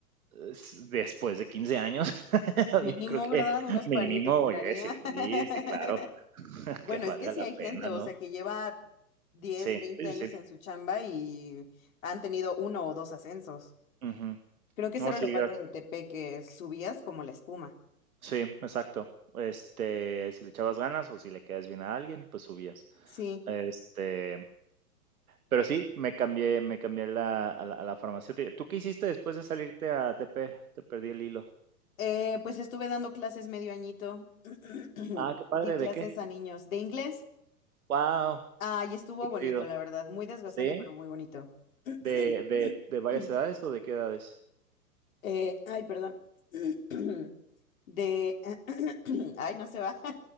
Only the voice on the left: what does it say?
Mínimo,
¿verdad? Uno espari-
esperaría.
<laughs>
Bueno,
es que sí
hay
gente, o
sea, que lleva diez,
20
años
en su chamba y han tenido uno o dos ascensos.
Creo que eso
era
lo padre
de TP, que subías como la espuma.
Sí.
Eh, pues estuve dando clases medio añito. <clears throat>
Di clases
a niños de inglés.
Ay, estuvo
bonito, la verdad. Muy desgastante,
pero muy bonito. <clears throat>
Eh, ay, perdón. <clears throat> De... <clears throat> Ay, no se va.